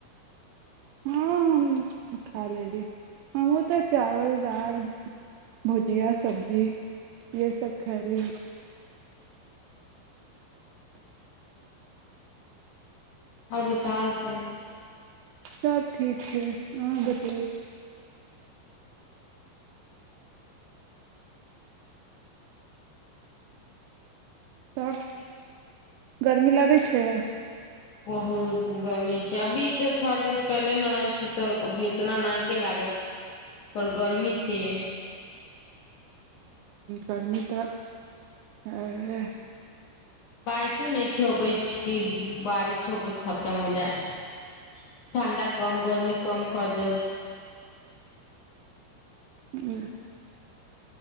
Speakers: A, on the right; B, on the left.
A: हँ हम खा लेली, हमहूँ तऽ चावल -दालि, भुजिया -सब्जी इएहसभ खयली।
B: आओर बताउ छै।
A: सभ ठीक छै, अहाँ बतैयो? तब
B: एक।
A: गर्मी लगै छै?
B: बहुत गर्मी छै, अभी तऽ थोड़ा देर पहिले नेहा के, आय छै तऽ अभी ओतना नाइके लागै छै। पर गर्मी थी।
A: गर्म तऽ आ
B: बारिश नहि खियौ कै। की, बारिश होके खतम हो जाए। ठण्डा कम, गर्मी कम, क दै छै।
A: ह।